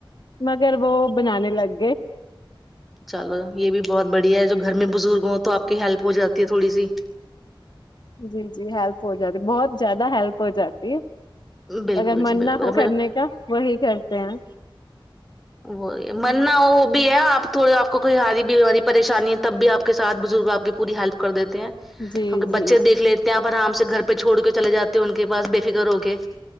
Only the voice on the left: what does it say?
مگر وہ بنانے لگ گئے
جی جی ہیلپ ہو جاتی بہت زیادہ ہیلپ ہو جاتی
اگر من
نہ ہو کرنے کا وہی کرتے ہیں
جی
جی